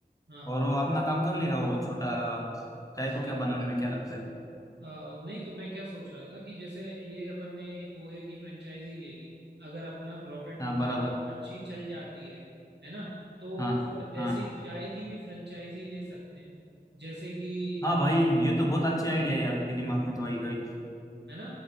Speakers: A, on the right; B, on the left.
A: हाँ
B: और
A: हाँ
B: वो अपना काम कर लेगा वो छोटा चाय
A: सही
B: को क्या बनाने
A: है
B: में क्या लगता है
A: अ नहीं तो मैं क्या सोच रहा था कि जैसे ये अपन ने पोहे की फ्रेंचाइजी ले ली अगर अपना प्रॉफिट
B: हाँ
A: होता
B: बराबर
A: है और अच्छी चल जाती है है ना तो
B: हाँ
A: फिर
B: हाँ
A: ऐसे ही चाय की भी फ्रेंचाइजी ले सकते हैं जैसे कि
B: हाँ
A: अ,
B: भाई ये तो बहुत अच्छी आइडिया है आपके दिमाग में तो आई गई
A: है ना